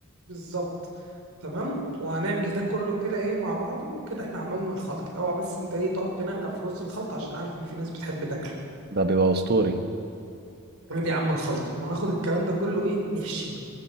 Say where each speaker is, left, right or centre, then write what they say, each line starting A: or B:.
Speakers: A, on the right (about 75°); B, on the right (about 50°).
A: بالظبط تمام وهنعمل ده كله كده ايه مع بعضه وكده احنا عملنا الخلطة اوعى بس انت ايه تقعد تنقنق في رز الخلطة عشان عارف ان في ناس بتحب تاكله
B: ده بيبقى اسطوري
A: ايه يا عم الخلطة هناخد الكلام ده كله ايه نحشيه